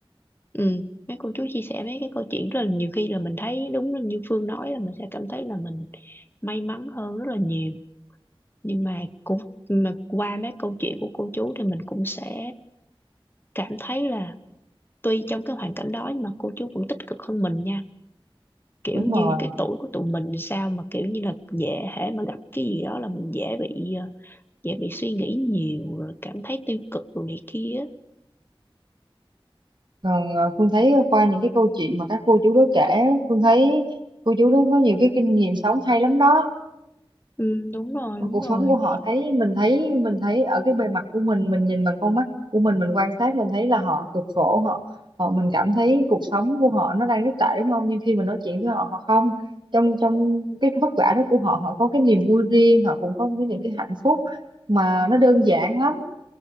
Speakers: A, on the left; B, on the right.
A: ừ mấy cô chú chia sẻ mấy cái câu chuyện rất là nhiều khi là mình thấy đúng như Phương nói là mình sẽ cảm thấy là mình may mắn hơn rất là nhiều nhưng mà cũng mà qua mấy câu chuyện của cô chú thì mình cũng sẽ cảm thấy là tuy trong cái hoàn cảnh đó nhưng mà cô chú vẫn tích cực hơn mình nha kiểu
B: đúng
A: như
B: rồi
A: cái tuổi của tụi mình sao mà kiểu như là dễ hễ mà gặp cái gì đó là mình dễ bị ờ, dễ bị suy nghĩ nhiều rồi cảm thấy tiêu cực rồi này kia
B: còn ờ, Phương thấy qua những cái câu chuyện mà các cô chú đó kể Phương thấy cô chú đó có nhiều cái kinh nghiệm sống hay lắm đó
A: Ừ, đúng rồi,
B: Còn
A: đúng
B: cuộc
A: rồi.
B: sống của họ thấy mình thấy mình thấy ở cái bề mặt của mình mình nhìn bằng con mắt của mình mình quan sát mình thấy là họ cực khổ họ họ mình cảm thấy cuộc sống của họ nó đang rất tệ đúng không nhưng khi mình nói chuyện với họ họ không trong trong cái vất vả đó của họ họ có cái niềm vui riêng họ cũng có cái những cái hạnh phúc mà nó đơn giản lắm